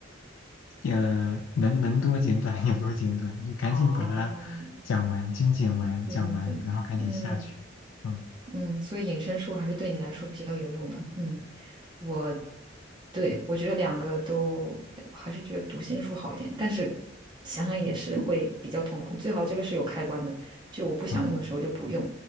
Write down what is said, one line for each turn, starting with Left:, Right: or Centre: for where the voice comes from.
Left: 呃，能能多简短有多简短，就赶紧把它
Right: 哦，
Left: 讲完，精简完，
Right: 对对对，
Left: 讲完，然后赶紧下去。
Right: 嗯
Left: 嗯
Right: 嗯，所以隐身术还是对你来说比较有用的，嗯。我对我觉得两个都还是觉得读心术好一点，但是想想也是会比较痛苦。最好这个是有开关的，就我不想用的时候就不用，
Left: 嗯